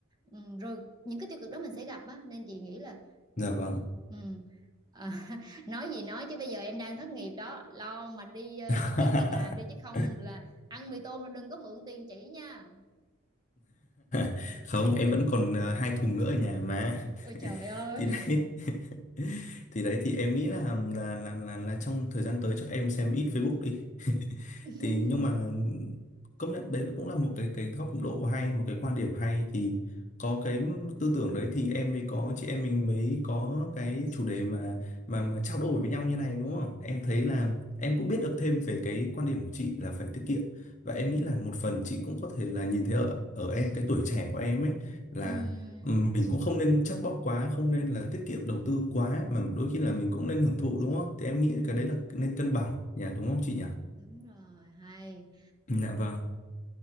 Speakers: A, on the right (about 20°); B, on the left (about 35°).
A: ừm, rồi những cái tiêu cực đó mình sẽ gặp á nên chị nghĩ là
B: dạ
A: à,
B: vâng
A: ừm, à, nói gì nói chứ bây giờ em đang thất nghiệp đó lo mà đi ờ,
B: <laughs>
A: đi kiếm việc làm đi chứ không là ăn mì tôm là đừng có mượn tiền chỉ nha
B: <laughs> không em vẫn còn ờ, hai thùng nữa ở nhà mà
A: ôi
B: <laughs>
A: trời ơi
B: thì đấy <laughs> thì đấy thì em nghĩ là là là là, là trong thời gian tới chắc em xem ít Facebook đi <laughs>
A: <laughs>
B: thì nhưng mà công nhận đấy cũng là một cái cái góc độ hay một cái quan điểm hay thì có cái tư tưởng đấy thì em mới có chị em mình mới có cái chủ đề mà mà mà trao đổi với nhau như này đúng không em thấy là em cũng biết được thêm về cái quan điểm của chị là phải tiết kiệm và em nghĩ là một phần chị cũng có thể là nhìn thấy ở ở em cái tuổi trẻ của em ấy là
A: Ừm,
B: Ừ, mình cũng không nên chắt bóp quá không nên là tiết kiệm đầu tư quá mà đôi khi là mình cũng nên hưởng thụ đúng không thì em nghĩ cái đấy là nên cân bằng nhỉ đúng không chị nhỉ
A: đúng rồi hay
B: Ừ, dạ vâng